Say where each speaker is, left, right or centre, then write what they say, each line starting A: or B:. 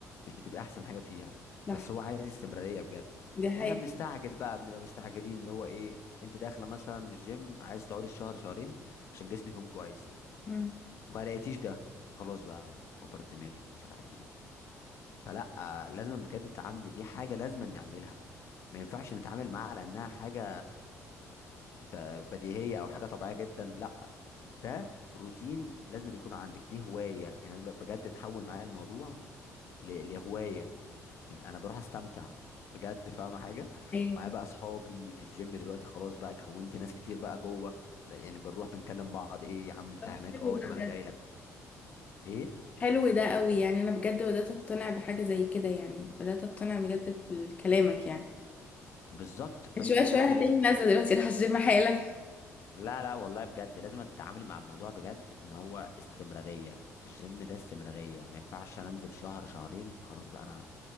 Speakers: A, on the left; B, on the left.
A: مش بتبقى احسن حاجه فيها
B: صح
A: بس هو عايز استمراريه بجد
B: دي حقيقة
A: احنا بنستعجل بقى بنبقى مستعجلين اللي هو ايه انت داخله مثلا الجيم عايز تقعدي شهر شهرين عشان جسمك يكون كويس
B: مم.
A: ما لقيتيش ده خلاص بقى كبر دماغي مش عارف ايه فلا لازم بجد التعامل دي حاجه لازم نعملها ما ينفعش نتعامل معاها على انها حاجه ت- بديهيه او حاجه طبيعيه جدا لا ده روتين لازم يكون عندك دي هوايه يعني انا ب- بجد اتحول معايا الموضوع ل- لهوايه يعني انا بروح استمتع بجد فاهمه حاجه
B: ايوه
A: معايا
B: ف-
A: بقى اصحابي في الجيم دلوقتي خلاص بقى كونت ناس كتير بقى جوه يعني بنروح بنكلم بعض ايه يا عم انت
B: طب
A: هناك
B: حلو
A: اه طب
B: ده بجد
A: انا جاي لك ايه
B: حلو ده قوي يعني انا بجد بدأت اقتنع بحاجة زي كده يعني بدأت اقتنع بجد بكلامك يعني
A: بالظبط فانت
B: شوية
A: انت
B: شوية هتلاقيني نازلة دلوقتي راح الجيم حالا
A: لا لا والله بجد لازم تتعاملي مع الموضوع بجد ان هو استمراريه الجيم ده استمراريه ما ينفعش انا انزل شهر شهرين وخلاص بقى انا